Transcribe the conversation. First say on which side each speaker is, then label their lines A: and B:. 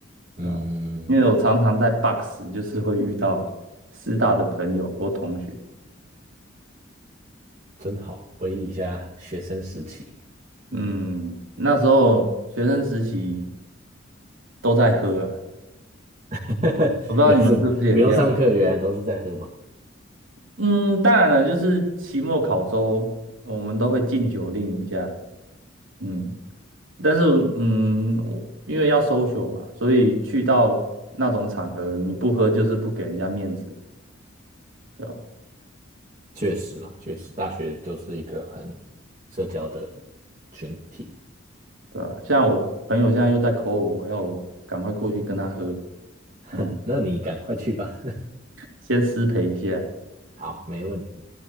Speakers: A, on the right (about 35°); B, on the right (about 80°).
A: 嗯，
B: 啊，因为我常常在 Box 就是会遇到师大的朋友或同学。
A: 真好，回忆一下学生时期，
B: 嗯，那时候学生时期都在喝啊，
A: <laughs>
B: 我不知道你们是不是也这样。
A: 原来是不用上课，原来都是在喝嘛，
B: 嗯，当然了，就是期末考周，我们都会禁酒令一下。嗯，但是嗯，我因为要 social 嘛，所以去到那种场合，你不喝就是不给人家面子，对吧？
A: 确实啦，确实，大学就是一个很社交的群体，
B: 对吧？像我朋友现在又在 call 我，要我赶快过去跟他喝，
A: <laughs>
B: 嗯，
A: 那你赶快去吧，
B: 先失陪一下。
A: <laughs> 好，没问题。